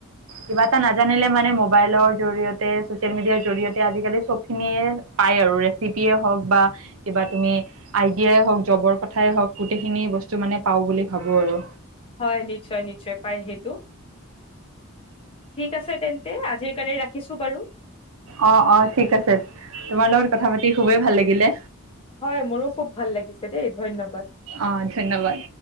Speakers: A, on the right (about 70°); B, on the left (about 25°).
A: কিবা এটা নাজানিলে মানে, মোবাইলৰ জৰিয়তে, চছিয়েল মিডিয়া জৰিয়তে, আজিকালি চব খিনিয়ে পায় আৰু, ৰেফিপিয়ে হওক বা কিবা তুমি, আইডিয়াই হওঁক, জবৰ কথাই হওঁক, গোটেইখিনি বস্তু মানে পাওঁ বুলি ভাবো আৰু।
B: হয়, নিশ্চয়, নিশ্চয় পাই সেইটো। ঠিক আছে তেন্তে, আজিৰ কাৰনে, ৰাখিছো বাৰু।
A: অ', অ', ঠিক আছে, তোমাৰ লগত কথা পাতি, খুবেই ভাল লাগিলে।
B: হয়, মোৰো খুব ভাল লাগিছে দেই, ধন্যবাদ।
A: অ', ধন্যবাদ।